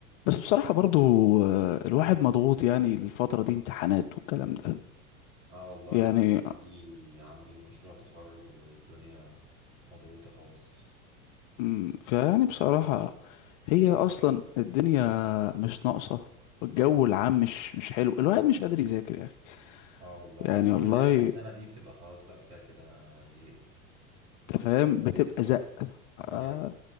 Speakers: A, on the left; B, on the right.
A: بس بصراحة برضو آه، الواحد مضغوط يعني الفترة دي امتحانات والكلام ده
B: اه والله
A: يعني
B: انا الفترة دي عندي مشروع تخرج والدنيا مضغوطة خالص
A: مم، فيعني بصراحة هي أصلا الدنيا مش ناقصة الجو العام مش مش حلو الواحد مش قادر يذاكر يا أخي
B: اه والله
A: يعني
B: يا بتعمل
A: والله
B: اللي هي اخر سنة دي بتبقى خلاص بقى كفاية كده انا زهقت
A: أنت فاهم بتبقى زق آه،
B: اي